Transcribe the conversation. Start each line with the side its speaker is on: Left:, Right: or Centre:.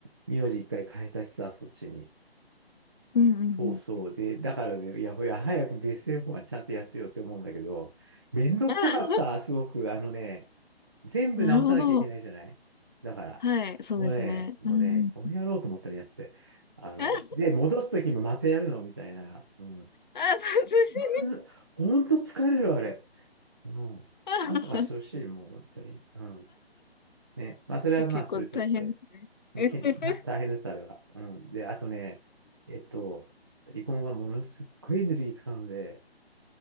Right: 名字一回変えたしさ、そっちに。
Left: うんうんうんうんはいはいああはいうんうんうんうんうんうんうんうんうんうんうんそうなん
Right: そうそう。で、だからね、いや、いや、早くベスト4はちゃんとやってよって思うんだけど、めんどくさかった、
Left: ですねうんはいうんうんうんうん <laughs>
Right: すごく。あのね、全部直さなきゃいけないじゃないだから、
Left: なるほど。はい、そうですね。
Right: もうね、もうね、
Left: うん
Right: この野郎と思ったらやってて。あの、
Left: あ、
Right: で、戻すときもまたやるのみたいな。うん。
Left: あ、殺人。
Right: うん、ほんと疲れる、あれ。うん。
Left: あ
Right: なんとかしてほしい、もう、本当に。うん。ね。まあ、それはまあ、
Left: いや結構大変ですね。
Right: それとして。
Left: <laughs>
Right: け大大変だった、あれは。うん。で、あとね、えっと、離婚はものすっごいエネルギー使うので、